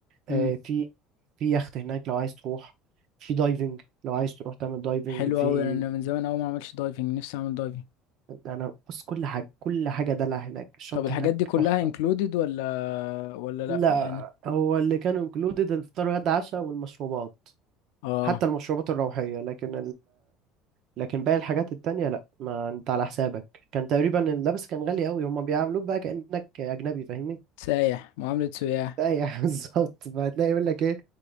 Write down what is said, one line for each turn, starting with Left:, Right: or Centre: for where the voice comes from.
Right: آه،
Left: امم
Right: في في يخت هناك لو عايز تروح في دايفنج لو عايز تروح تعمل دايفنج
Left: حلو
Right: في
Left: قوي انا من زمان قوي ما عملتش دايفنج نفسي اعمل دايفنج
Right: انا بص كل حاجة كل حاجة دلع هناك الشط
Left: طب الحاجات
Right: هناك
Left: دي كلها
Right: تحفة
Left: انكلودد ولا ولا لا
Right: لا
Left: يعني
Right: هو اللي كانوا انكلودed الفطار غدا عشاء والمشروبات
Left: اه
Right: حتى المشروبات الروحية لكن لكن باقي الحاجات التانية لا ما انت على حسابك كان تقريبا اللبس كان غالي قوي هما بيعاملوك بقى كأنك اجنبي فاهمني
Left: سايح معاملة سياح
Right: ايوه <laughs> بالظبط فهتلاقي يقول لك ايه